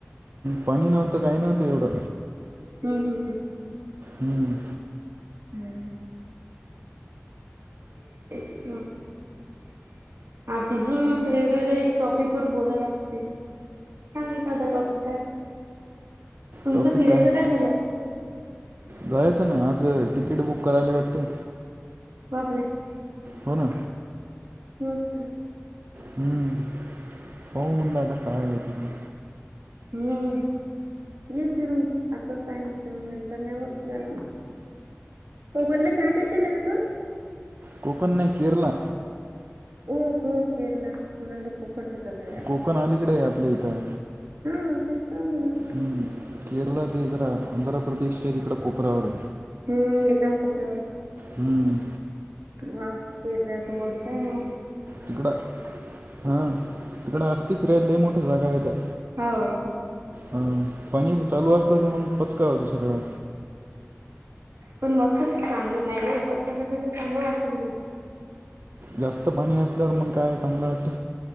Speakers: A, on the right; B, on the right.
A: पाणी नव्हतं. काय? नव्हतं एवढं.
B: हम्. हम. हम्..
A: हम्म.
B: हम्म. तेच <inaudible> आ <unintelligible> असं वेगवेगळेया टॉपिक वर बोलायला लागते. सांग एखादा टॉपिक काय. तुमचं
A: टॉपिक
B: फिरायचं
A: काय?
B: झालं?
A: जायचं ना, आज तिकीट बुक करायला वाटते.
B: बापरे!
A: हो ना
B: ! मस्त! !
A: हम्म. पाहू म्हणलं आता काय होते ते?
B: हम्म ये फिरून. आताच काय म्हणतोय मग नंतर मग झालं. कोकणला काय स्पेशल हाय रे पण?
A: कोकण‌ नाही केरला.
B: ओ हो केरला थोड लोकोखणलं जात या
A: कोकण अलीकडे आहे आपल्या इथं
B: ह तेच तर म्हणलं
A: हम्म. केरला ते जरा आंध्र प्रदेश च्या इकडे कोपरावरे
B: हम्म एकदम कोपऱ्यावर ये
A: हम्म
B: व्हा केरला तर मस्त येम
A: तिकडं हा तिकडं अस्तित रे लय मोठ जागा आहे काय
B: हाव
A: हा पाणी चालू असलं तर मग पचका होईल सगळा
B: पण मस्त चांगली नाही पत्त कशाच चांगलं वाटतं म्हणत
A: जास्त पाणी असल्यावर मग काय चांगलं वाट